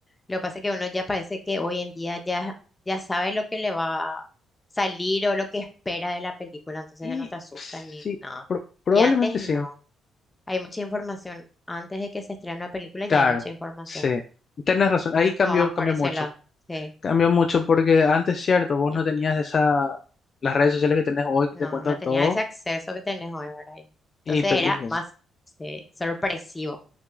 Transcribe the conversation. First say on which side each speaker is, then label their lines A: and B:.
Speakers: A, on the left; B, on the left.
A: Lo que pasa es que uno ya parece que hoy en día ya, ya sabe lo que le va a salir o lo que espera de la película, entonces
B: Y
A: ya no te asusta
B: sí,
A: ni nada.
B: pro- probablemente
A: Y antes
B: sí.
A: no, hay mucha información. Antes de que se estrene una película
B: Claro,
A: ya hay mucha información.
B: sí. Tienes razón.
A: Creo
B: Ahí cambió,
A: que va más
B: cambió
A: por ese
B: mucho.
A: lado. Sí.
B: Cambió mucho porque antes, cierto, vos
A: Eh,
B: no tenías esa, las redes sociales que tenés hoy que
A: No,
B: te cuentan
A: no tenía
B: todo.
A: ese acceso que tenés hoy, ¿verdad? Y Entonces
B: Y, pe-
A: era
B: y-
A: más sí, sorpresivo